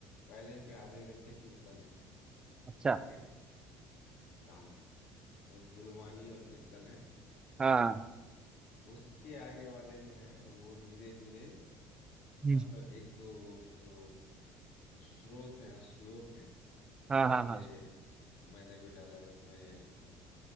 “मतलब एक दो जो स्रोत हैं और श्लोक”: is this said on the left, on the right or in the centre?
Left